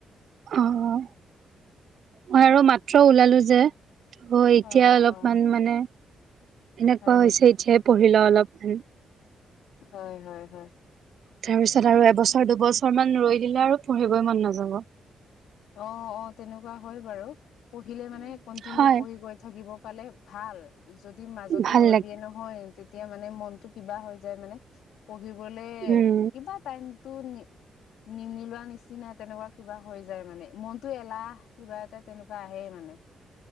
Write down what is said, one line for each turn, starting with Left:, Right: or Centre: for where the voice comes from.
Right: অ', মই আৰু মাত্ৰ ওলালোঁ যে। অ এতিয়া
Left: অ',
Right: অলপমান
Left: অ',
Right: মানে এনেকুৱা
Left: হয়
Right: হৈছে
Left: নেকি
Right: এতিয়াই পঢ়ি লওঁ অলপমান
Left: হয় হয় হয়
Right: তাৰ পিছত আৰু এবছৰ দুবছৰ মান ৰৈ দিলে আৰু পঢ়িবই মন নাযাব
Left: অ অ তেনেকুৱা হয় বাৰু পঢ়িলে মানে কন্টিনিউ
Right: হয়
Left: পঢ়ি গৈ থাকিব পালে ভাল যদি মাজতে
Right: ভাল
Left: ৰৈ
Right: লাগে
Left: দিয়ে নহয় তেতিয়া মানে মনটো কিবা হৈ যায় মানে পঢ়িবলে
Right: উম
Left: কিবা টাইম টো নিমিলোৱা নিচিনা তেনেকুৱা কিবা হৈ য যাই মানে মনতো এলাহ কিবা এটা তেনেকুৱা আহে মানে